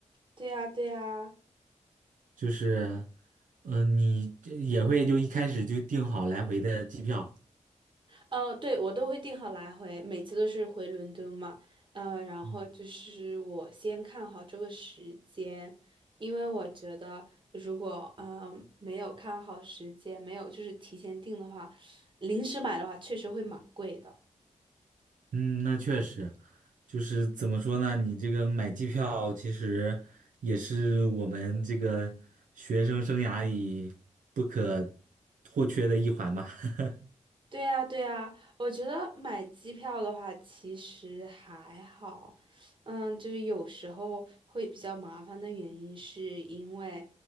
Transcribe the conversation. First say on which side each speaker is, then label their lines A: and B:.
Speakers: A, on the right; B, on the right.
A: 对呀，对呀。
B: 就是，呃，你这也会就一开始就订好来回的机票。
A: 呃，对，我都会定好来回，每次都是回伦敦嘛。嗯，然后就是我先看好这个时间，
B: 嗯，
A: 因为我觉得如果嗯没有看好时间，没有就是提前定的话，临时买的话确实会蛮贵的。
B: 嗯那确实，就是怎么说呢？你这个买机票其实也是我们这个学生生涯里不可或缺的一环吧。<laughs>
A: 对呀，对呀，我觉得买机票的话其实还好，嗯，就是有时候会比较麻烦的原因是因为，